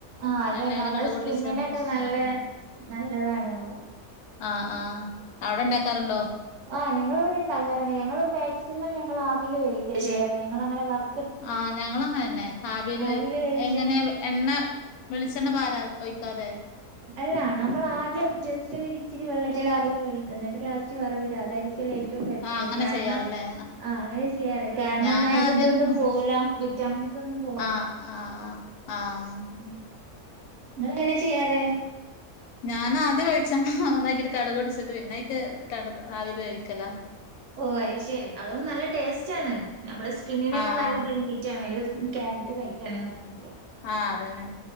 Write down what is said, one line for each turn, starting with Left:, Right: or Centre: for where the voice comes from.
Right: ആഹ് അതന്നെ
Left: എണ്ണേല്
Right: നമ്മള
Left: കടുക് പൊട്ടിച്ചാണ്ട്
Right: സ്കിന്നിനൊക്കെ നല്ല
Left: ആഹ് ആഹ്
Right: നല്ലതാണ്തോ
Left: അ ആഹ് അവ്ടെ ഉണ്ടാക്കാറുണ്ടോ
Right: ആഹ് ഞങ്ങളിവിടെ ഇണ്ടാക്കാറ്ട് ഞങ്ങള് മാക്സിമം ഞങ്ങള് ആവീല് വേവിക്ക ചെയ്യാറ് ഞങ്ങളങ്ങനെ വർ
Left: ആഹ് ഞങ്ങള് അങ്ങനന്നെ ആവില്
Right: ആവിൽ
Left: വേവിക്കു
Right: വേവിച്ച
Left: എങ്ങനെ എണ്ണ വെളിച്ചെണ്ണ പാര ഒഴിക്കാതെ
Right: അല്ല നമ്മള് ആദ്യൊന്ന് ജസ്റ്റോന്ന് ഇച്ചിരി വെള്ളത്തിലാവില് വേവിക്ക എന്നിട്ട് ലാസ്റ്റ് വറവിട അതായ ക്കില ഏറ്റവും ബെറ്ററ്
Left: ആഹ് അങ്ങനെ
Right: കാരണം
Left: ചെയ്യാറില്ലേ
Right: ആഹ് അങ്ങനെ ചെയ്യാറേ കാരണം
Left: ഞാനാദ്യം
Right: ന്നായി ഇതൊന്നും പോവൂല വിറ്റാമിൻസ് ഒന്നും പോ
Left: ആഹ് ആഹ് ആഹ് ആഹ്
Right: ഉം നിങ്ങളെങ്ങനെ ചെയ്യാറ്
Left: ഞാൻ ആദ്യം വെളിച്ചെണ്ണ താക്കിട്ട് കടുക് പൊട്ടിച്ചിട്ട് പിന്നയ്ക്ക് കട് ആവീല് വേവിക്കല
Right: ഓഹ് അത് ശരി അതൊണ്ട് നല്ല ടേസ്റ്റ് ആണ് നമ്മുടെ സ്കിന്നിനൊക്കെ
Left: ആഹ്
Right: നല്ല
Left: ആഹ്
Right: ബെനിഫിറ്റാണ്ത് ക്യാരറ്റ് കഴിക്കണ്ന്ന് ഉണ്ടെങ്കിൽ
Left: ആഹ് അതന്നെ